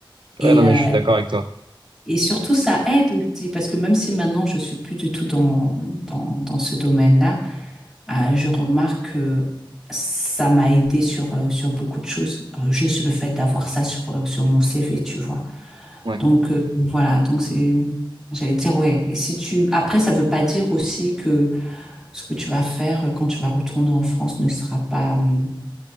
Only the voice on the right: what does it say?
Ouais,
non, mais
je suis d'accord avec toi.
Ouais,